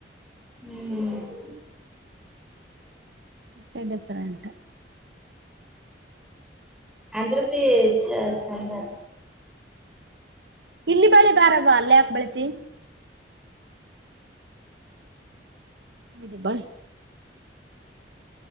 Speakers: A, in the centre; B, on the right.
A: ಹ್ಮ್ಮ್
B: ಅಷ್ಟೇ ಡಿಫರೆಂಟ್
A: ಅಂದ್ರಬಿ ಚ ಚಂದ
B: ಇಲ್ಲಿ ಬಳಿ ಬಾರವ ಅಲ್ಲೇ ಯಾಕ್ ಬೆಳಿತಿ ನಿಧಿ ಬಾ